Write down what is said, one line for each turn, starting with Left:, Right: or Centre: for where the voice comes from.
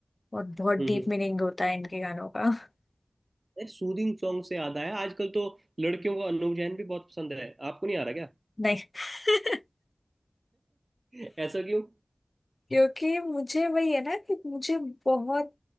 Left: और बहुत
Right: हम्म
Left: डीप मीनिंग होता है इनके गानों का <laughs>
Right: सूदिंग सॉन्ग से याद आया आजकल तो लड़कियों को अनूप जैन भी बहुत पसंद है आपको नहीं आ रहा क्या
Left: नहीं <laughs>
Right: <laughs> ऐसा क्यों
Left: क्योंकि मुझे वही है ना कि मुझे बहुत